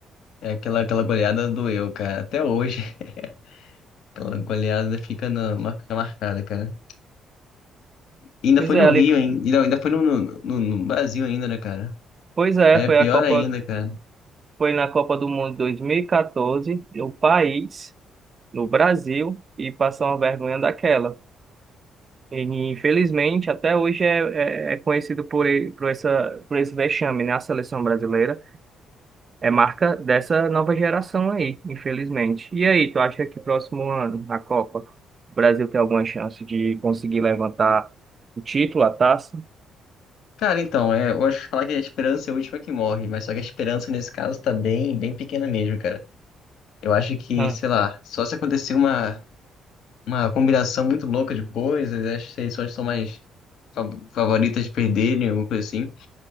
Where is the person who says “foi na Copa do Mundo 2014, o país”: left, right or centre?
Right